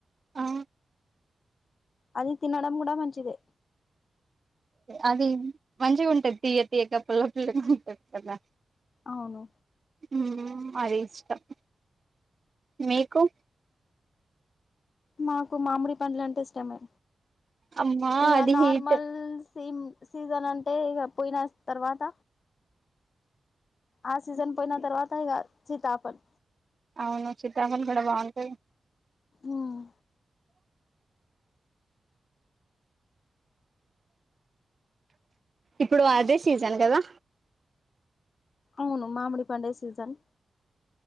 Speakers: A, on the right; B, on the left.
A: ఆ
B: అది తినడం కూడా మంచిదే
A: అది మంచిగుంటది తీయ్య తీయగ పుల్ల పుల్లగా ఉంటది కదా
B: అవును
A: ఉమ్మ్ అది ఇష్టం మీకు
B: మాకు మామిడిపండ్లంటే ఇష్టమే
A: అమ్మా
B: ఇగ
A: అది
B: నార్మల్
A: హీట్
B: సేమ్ సీజన్ అంటే ఇగ పోయిన తర్వాత ఆ సీజన్ పోయినా తర్వాత ఇగ సీతాఫల్
A: అవునా సీతాఫల్ కూడా బాగుంటది
B: ఉమ్మ్
A: ఇప్పుడు అదే సీజన్ కదా
B: అవును మామిడిపండే సీజన్